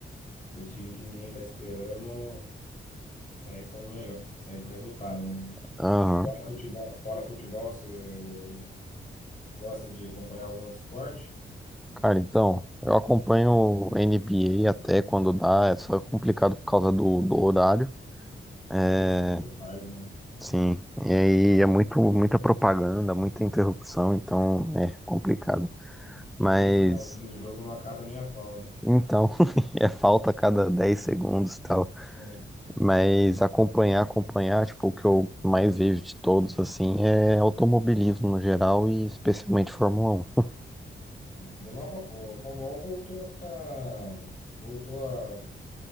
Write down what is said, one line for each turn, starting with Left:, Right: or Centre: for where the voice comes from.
Left: pro time que ninguém tá esperando sair como melhor, sair com resultado, né?
Centre: Aham.
Left: Fora futebol, fora futebol, você gosta de acompanhar algum outro esporte?
Centre: Cara, então, eu acompanho o NBA até quando dá, é só complicado por causa do, do horário. É,
Left: Os jogos são muito tarde, né?
Centre: Sim, e aí é muito, muita propaganda, muita interrupção, então é complicado.
Left: Chega
Centre: Mas
Left: no finalzinho do jogo, não acaba nem a pau, né?
Centre: então, <laughs> é falta a cada 10 segundos e tal.
Left: É.
Centre: Mas acompanhar, acompanhar, tipo, o que eu mais vejo de todos, assim, é automobilismo no geral e especialmente Fórmula 1.
Left: Deu uma, vo- o Fórmula 1 voltou a ficar. Voltou a.